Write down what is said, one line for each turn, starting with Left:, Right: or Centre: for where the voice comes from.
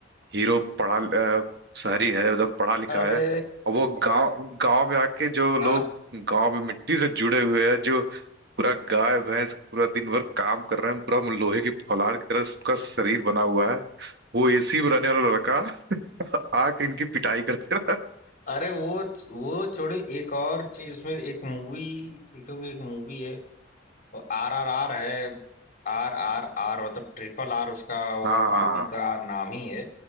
Right: हीरो पढ़ा अ, शहरी है एकदम पढ़ा लिखा
Left: अरे
Right: है और वो गांव गांव में आके जो लोग
Left: हाँ
Right: गांव में मिट्टी से जुड़े हुए हैं जो पूरा गाय भैंस पूरा दिन भर काम कर रहे हैं पूरा लोहे की फौलाद की तरह उसका शरीर बना हुआ है वो एसी में रहने वाला लड़का <laughs> आके इनकी पिटाई करते रहा
Left: अरे वो वो छोड़ी एक और चीज उसमें एक मूवी देखोगे एक मूवी है आर आर आर है आर आर आर मतलब ट्रिपल आर उसका वो
Right: हाँ
Left: मूवी
Right: हाँ
Left: का नाम ही है